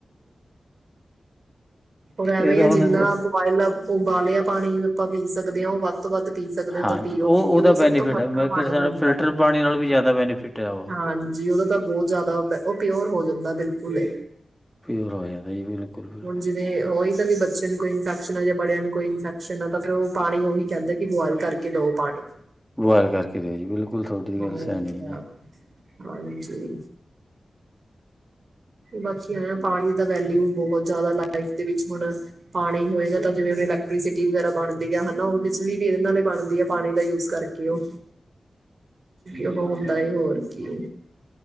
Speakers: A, on the right; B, in the centre.
A: ਹੋਰ ਐਵੇਂ
B: ਇਹ ਤਾਂ
A: ਆ
B: ਹੁਣ
A: ਜਿੰਨਾ ਉਬਾਲ ਲ ਉਬਾਲਿਆ ਪਾਣੀ ਆਪਾਂ ਪੀ ਸਕਦੇ ਹਾਂ ਉਹ ਵੱਧ ਤੋਂ ਵੱਧ ਪੀ ਸਕਦੇ ਹੋ
B: ਹਾਂਜੀ
A: ਤਾਂ ਪੀਓ ਕਿਉਂਕਿ
B: ਉਹਦਾ
A: ਉਹ ਸਭ
B: ਬੈਨੀਫਿਟ
A: ਤੋਂ ਹਲਕਾ
B: ਹੈ ਮੈਂ
A: ਪਾਣੀ
B: ਕਿਹਾ
A: ਹੁੰਦਾ
B: ਫਿਲਟਰ
A: ਵੀ
B: ਪਾਣੀ ਨਾਲ ਵੀ ਜ਼ਿਆਦਾ ਬੈਨੀਫਿਟ ਹੈ ਉਹ।
A: ਹਾਂਜੀ ਉਹਦਾ ਤਾਂ ਬਹੁਤ ਜ਼ਿਆਦਾ ਪਿਓਰ ਹੋ ਜਾਂਦਾ ਬਿਲਕੁਲ ਹੈ
B: ਪਿਓਰ ਹੋ ਜਾਂਦਾ ਜੀ ਬਿਲਕੁਲ-ਬਿਲਕੁਲ
A: ਯੂਜ ਉਹੀ ਤਾਂ ਵੀ ਬੱਚੇ ਨੂੰ ਕੋਈ ਇਨਫੈਕਸ਼ਨ ਹੋਜੇ ਬੜਿਆ ਨੂੰ ਕੋਈ ਇਨਫੈਕਸ਼ਨ ਆ ਤਾਂ ਫਿਰ ਉਹ ਪਾਣੀ ਉਹੀ ਕਹਿੰਦੇ ਕਿ ਬੋਆਇਲ ਕਰਕੇ ਦਓ ਪਾਣੀ।
B: ਬੁਆਇਲ ਕਰਕੇ ਦਿਓ ਜੀ। ਬਿਲਕੁਲ ਤੁਹਾਡੀ
A: ਹੋਰ
B: ਗੱਲ ਸਿਆਣੀ
A: ਕਿਆ
B: ਹੈ ਜੀ।
A: ਹਾਂਜੀ ਬਾਕੀ ਆ ਆ ਪਾਣੀ ਦਾ ਵੈਲਿਊ ਬਹੁਤ ਜ਼ਿਆਦਾ ਲਾਈਫ ਦੇ ਵਿੱਚ ਹੁਣ ਪਾਣੀ ਹੋਏਗਾ ਤਾਂ ਜਿਵੇਂ ਹੁਣ ਇਲੈਕਟ੍ਰੀਸਿਟੀ ਵਗੈਰਾ ਬਣਦੀ ਆ ਹਨਾ ਉਹ ਬਿਜਲੀ ਵੀ ਇਹਦੇ ਨਾਲ ਬਣਦੀ ਹੈ ਪਾਣੀ ਦਾ ਯੂਜ ਕਰਕੇ ਉਹ ਉਹ ਹੁੰਦਾ ਹੋਰ ਕੀ